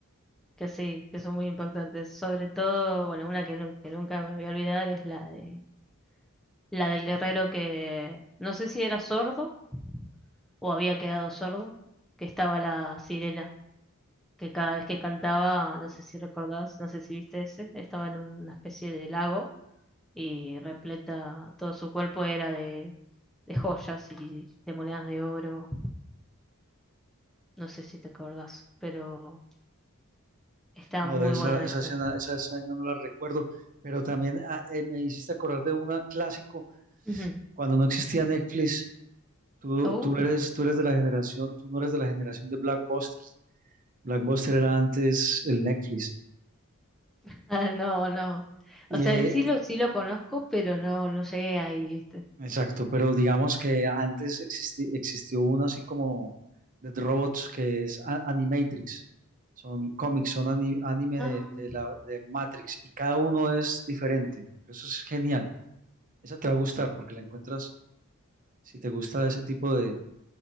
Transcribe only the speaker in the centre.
que sí, que son muy impactantes. Sobre todo, bueno, una que, nu- que nunca me voy a olvidar es la de la del guerrero que no sé si era sordo o había quedado sordo, que estaba la sirena que cada vez que cantaba, no sé si recordás, no sé si viste ese, estaba en una especie de lago y repleta, todo su cuerpo era de, de joyas y de monedas de oro, no sé si te acordás, pero está
muy
bueno ese.
Ujú.
Uh,
<laughs> ah, no, no.
O sea,
el sí lo, sí lo conozco, pero no, no llegué ahí, ¿viste?
Ah,